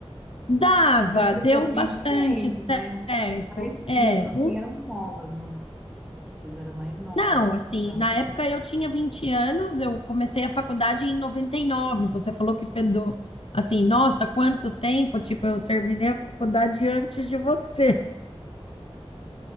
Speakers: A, on the left; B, in the centre.
A: dava,
B: Eram pessoas
A: deu
B: bem
A: bastante
B: diferentes,
A: certo.
B: né? Mas
A: É,
B: mesmo assim
A: um
B: eram novas, né? Vocês eram mais novos.
A: Não, assim,
B: Então,
A: na época eu tinha 20 anos, eu comecei a faculdade em 99. Você falou que fez do, assim, nossa, quanto tempo, tipo, eu terminei a faculdade antes de você.